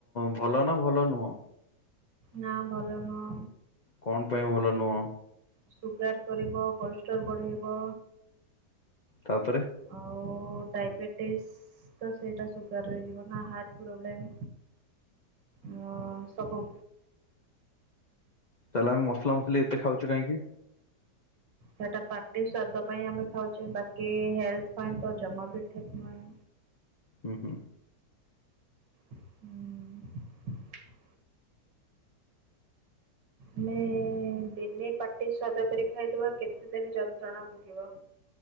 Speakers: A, on the left (about 70°); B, on the right (about 80°).
A: ଭଲ ନା ଭଲ ନୁହଁ।
B: ନା ଭଲ ନୁହଁ।
A: କଣ ପାଇଁ ଭଲ ନୁହଁ।
B: ସୁଗାର କରିବ କୋଲଷ୍ଟର୍ ବଢେଇବ।
A: ତାପରେ
B: ଆଉ ଡାଇବେଟିସ୍ ତ ସେଇଟା ସୁଗାରରେ ଯିବ ନା ହାର୍ଟ ପ୍ରୋବ୍ଲେମ୍ ମ ସବୁ।
A: ତାହେଲେ ଆମେ ମସଲା ମସଲି ଏତେ ଖାଉଚୁ କହିଁକି।
B: ସେଟା ପାଟି ସ୍ଵାଦ ପାଇଁ ଆମେ ଖାଉଚେ ବାକି ହେଲଥ୍ ପାଇଁ ତ ଜମା ବି ଠିକ୍ ନୁହେଁ।
A: ହୁଁ ହୁଁ।
B: ହୁଁ। ଆମେ ଦିନେ ପାଟି ସ୍ଵାଦ କରି ଖାଇଦବା କେତେ ଦିନି ଯନ୍ତ୍ରଣା ଭୋଗିବ।